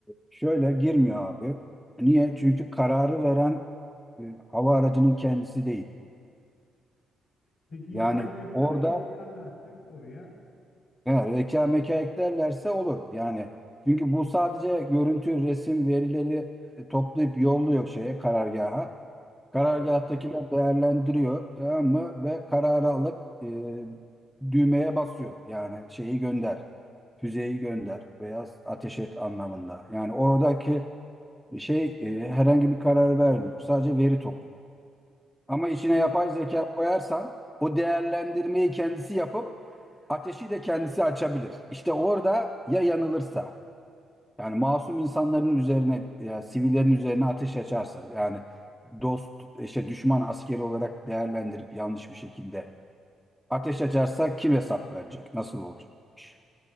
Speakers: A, in the centre; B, on the left.
A: şöyle girmiyor abi. Niye? Çünkü kararı veren e, hava aracının kendisi değil.
B: Peki yapay
A: Yani
B: zekayı
A: orada
B: eklerlerse oraya
A: he, reka meka eklerlerse olur. Yani çünkü bu sadece görüntü, resim, verileri e, toplayıp yolluyor şeye, karargaha. Karargâhtakiler
B: Evet.
A: değerlendiriyor tamam mı? Ve kararı alıp e, düğmeye basıyor. Yani şeyi gönder, füzeyi gönder veya ateş et anlamında. Yani oradaki şey e, herhangi bir karar vermiyor. Sadece veri topluyor. Ama içine
B: Anladım.
A: yapay zeka koyarsan o değerlendirmeyi kendisi yapıp ateşi de kendisi açabilir. İşte orada ya yanılırsa. Yani masum insanların üzerine, ya, sivillerin üzerine ateş açarsa, yani dost, işte düşman askeri olarak değerlendirip yanlış bir şekilde ateş açarsa kim hesap verecek? Nasıl olacak? bu iş?